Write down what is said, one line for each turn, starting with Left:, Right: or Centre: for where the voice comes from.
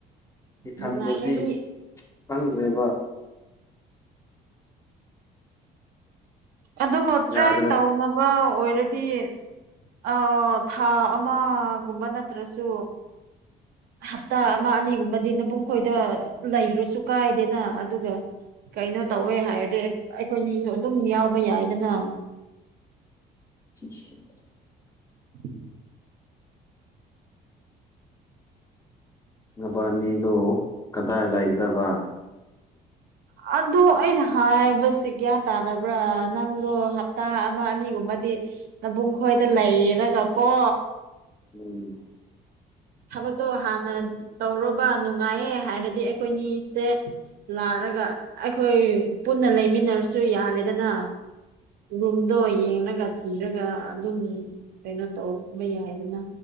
Left: ꯏꯊꯟꯗꯗꯤ
Right: ꯅꯨꯡꯉꯥꯏꯔꯗꯤ
Left: ꯈꯪꯗ꯭ꯔꯦꯕ
Right: ꯑꯗꯣ ꯇ꯭ꯔꯥꯏ
Left: ꯌꯥꯗ꯭ꯔꯦ
Right: ꯇꯧꯅꯕ ꯑꯣꯏꯔꯗꯤ ꯑꯧ ꯊꯥ ꯑꯃꯒꯨꯝꯕ ꯅꯠꯇ꯭ꯔꯁꯨ ꯍꯞꯇꯥ ꯑꯃ ꯑꯅꯤꯒꯨꯝꯕꯗꯤ ꯅꯕꯨꯡ ꯈꯣꯏꯗ ꯂꯩꯔꯁꯨ ꯀꯥꯏꯗꯦꯅꯥ ꯑꯗꯨꯒ ꯀꯩꯅꯣ ꯇꯧꯋꯦ ꯍꯥꯏꯔꯗꯤ ꯑꯩ ꯑꯩꯈꯣꯏꯅꯤꯁꯨ ꯑꯗꯨꯝ ꯌꯥꯎꯕ ꯌꯥꯏꯗꯅꯥ
Left: <unintelligible>
Right: <inaudible>
Left: ꯅꯕꯥꯅꯤꯗꯨ ꯀꯗꯥꯏ ꯂꯩꯒꯗꯕ
Right: ꯑꯗꯨ ꯑꯩꯅ ꯍꯥꯏꯕꯁꯤ ꯒ꯭ꯌꯥꯟ ꯇꯥꯗꯕ꯭ꯔꯥ ꯅꯪꯗꯣ ꯍꯞꯇꯥ ꯑꯃ ꯑꯅꯤꯒꯨꯝꯕꯗꯤ ꯅꯕꯨꯡ ꯈꯣꯏꯗ ꯂꯩꯔꯒ ꯀꯣ
Left: ꯎꯝ
Right: ꯊꯕꯛꯇꯣ ꯍꯥꯟꯅ ꯇꯧꯔꯣꯕ ꯅꯨꯡꯉꯥꯏꯌꯦ ꯍꯥꯏꯔꯗꯤ ꯑꯩꯈꯣꯏꯅꯤꯁꯦ ꯂꯥꯛꯔꯒ ꯑꯩꯈꯣꯏ ꯄꯨꯟꯅ ꯂꯩꯃꯤꯟꯅꯔꯁꯨ ꯌꯥꯔꯦꯗꯅꯥ ꯔꯨꯝꯗꯣ ꯌꯦꯡꯂꯒ ꯊꯤꯔꯒ ꯑꯗꯨꯝ ꯀꯩꯅꯣ ꯇꯧꯕ ꯌꯥꯏꯗꯅ